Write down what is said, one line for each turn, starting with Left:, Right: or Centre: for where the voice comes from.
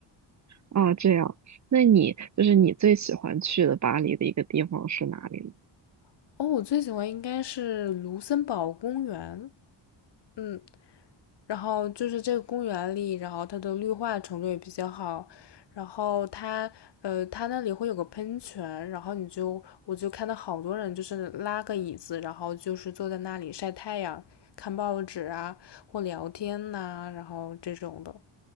Right: 啊，这样，那你就是你最喜欢去的巴黎的一个地方是哪里呢？
Left: <laughs> 哦，我最喜欢应该是卢森堡公园，嗯，然后就是这个公园里，然后它的绿化程度也比较好，然后它呃它那里会有个喷泉，然后你就我就看到好多人就是拉个椅子，然后就是坐在那里晒太阳、看报纸啊或聊天呐、然后这种的，